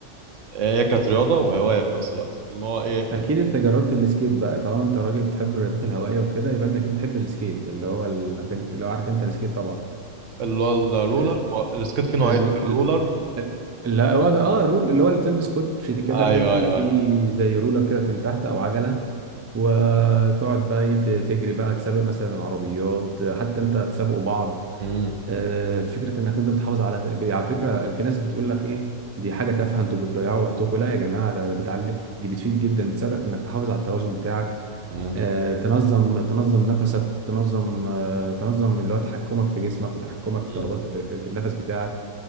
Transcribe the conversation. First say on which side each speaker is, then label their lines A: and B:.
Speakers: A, on the right; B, on the right.
A: آه، هي كانت رياضه وهوايه في نفس الوقت ان هو ايه
B: أكيد أنت جربت السكيت بقى طالما أنت راجل بتحب الرياضات الهوائية وكده يبقى أنت أكيد بتحب السكيت اللي هو ال... كنت- لو عارف أنت السكيت طبعا
A: اللي هو الرولر
B: آه،
A: هو السكيت فيه نوعين
B: ال...
A: في الرولر
B: ال... لا هو ده- اه الرول اللي هو اللي بتلبس كوتشي كده
A: ايوه
B: كوتشي
A: ايوه
B: وفي
A: ايوه
B: زي رولر كده من تحت او عجله وتقعد بقى إيه ت- تجري بقى تسابق مثلا العربيات حتى انت تسابقوا بعض
A: امم
B: آه، فكره انك انت بتحافظ على على فكره في ناس بتقول لك ايه دي حاجه تافهه انتوا بتضيعوا وقتكم لا يا جماعه ده ده بتعلي دي بتفيد جدا بتساعدك انك تحافظ على التوازن بتاعك
A: امم
B: آه، تنظم تنظم نفسك تنظم آه، تنظم اللي هو تحكمك في جسمك وتحكمك في
A: امم
B: ضربات في, في, في النفس بتاعك